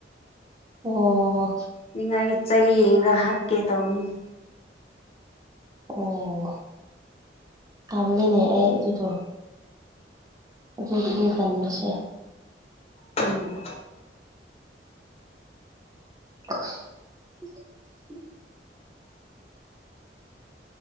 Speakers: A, on the right; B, on the left.
A: ꯑꯣꯍꯣ
B: ꯅꯤꯡꯉꯥꯏ ꯆꯩ ꯌꯦꯡꯔ ꯍꯥꯠꯀꯦ ꯇꯧꯕꯅꯤ
A: ꯑꯣ ꯇꯟꯂꯤꯅꯦ ꯑꯩ ꯑꯗꯨꯗꯣ ꯑꯗꯨꯗꯨꯅꯤ ꯇꯟꯕꯁꯦ
B: ꯎꯝ
A: <unintelligible>